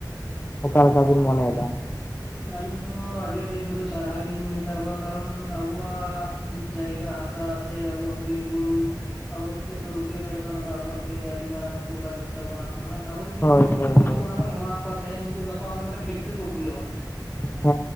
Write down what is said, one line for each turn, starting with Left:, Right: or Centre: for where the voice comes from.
Left: ᱚᱠᱟᱮ ᱞᱮᱠᱟ ᱵᱤᱱ ᱢᱚᱱᱮᱭᱮᱫᱟ
Centre: ᱦᱸ ᱟᱞᱤᱧ ᱦᱚᱸ ᱟᱹᱰᱤ ᱟᱹᱰᱤ ᱩᱱᱠᱩ ᱫᱚ ᱥᱟᱨᱦᱟᱣ ᱜᱮᱞᱤᱧ ᱢᱮᱛᱟ ᱠᱚᱣᱟ ᱠᱟᱨᱚᱱ ᱟᱵᱚᱣᱟᱜ ᱡᱟᱭᱜᱟ ᱦᱟᱥᱟ ᱥᱮ ᱟᱵᱚᱣᱟᱜ ᱵᱤᱨ ᱵᱩᱨᱩ ᱟᱵᱚᱮ ᱨᱩᱠᱷᱟᱹ ᱫᱟᱲᱮᱭᱟᱜ ᱠᱟᱱᱟ ᱚᱱᱟ ᱫᱚ ᱟᱵᱚᱣᱟᱜ ᱜᱮ ᱟᱹᱰᱤ ᱢᱟᱨᱟᱝ ᱩᱯᱚᱠᱟᱨ ᱦᱳᱭᱳᱜ ᱛᱵᱚᱱᱟ ᱵᱟᱝᱠᱷᱟᱱ ᱟᱵᱚ ᱡᱩᱫᱤ
Left: ᱦᱳᱭ
Centre: ᱩᱱᱠᱩ ᱡᱩᱫᱤ
Left: ᱦᱳᱭ
Centre: ᱦᱚᱭᱛᱚ
Left: ᱦᱳᱭ
Centre: ᱚᱱᱟ ᱵᱚᱱ ᱮᱢᱟ ᱠᱚᱣᱟ ᱛᱮᱦᱧ ᱩᱱᱠᱩ ᱜᱟᱯᱟ ᱚᱸᱰᱮᱴᱮᱱ ᱯᱷᱮᱠᱴᱨᱤ ᱠᱚ ᱠᱷᱩᱞᱟᱹᱣᱟ
Left: ᱦ